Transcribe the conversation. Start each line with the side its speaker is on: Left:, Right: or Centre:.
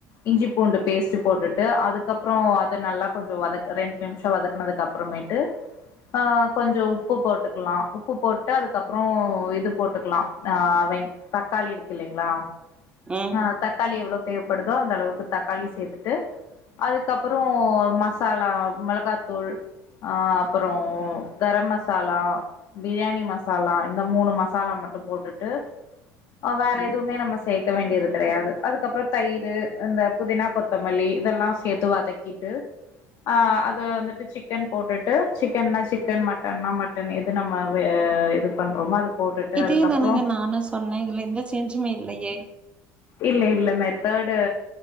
Left: இஞ்சி பூண்டு பேஸ்ட் போட்டுட்டு அதுக்கப்புறோ அத நல்லா கொஞ்சோ வதக் ரெண்டு நிமிஷோ வதக்குனத்துக்கு அப் புறமேட்டு அ கொஞ்சோ உப்பு போட்டுக்கலா உப்பு போட்டு அதுக் கப்புறோ இது போட்டுக்கலா ஆ வெங் தக்காளி இருக்கு இல்லைங்களா
Right: ம்
Left: அ தக்காளி எவ்ளோ தேவப்படுதோ அந்த அளவுக்கு தக்காளி சேத்துட்டு அதுக்கப்புறோ மசாலா மெளகாத்தூள் ஆ அப்புறோ கரம் மசாலா பிரியாணி ம சாலா இந்த மூணு மசாலா மட்டு போட்டுட்டு அ வேற
Right: ம்
Left: எதுவுமே நம்ம சேக்க வேண்டியது கடையாது அதுக்கப்புறம் தயிரு இந்த புதினா கொத்தமல்லி இதெல்லா சேத்து வதக்கிட்டு அ அது வந்துட்டு சிக்கன் போட்டுட்டு சிக்கன்னா சிக்கன் மட்டன்னா மட்டன் எது நம்ம வே இது பண்றமோ அது போட்டுட்டு
Right: இதே
Left: அதுக்கப்புறோ
Right: தானங்க நானு சொன்ன இதுல எந்த செஞ்சுமே இல்லயே
Left: இல்ல இல்ல மெத்தர்ட்டு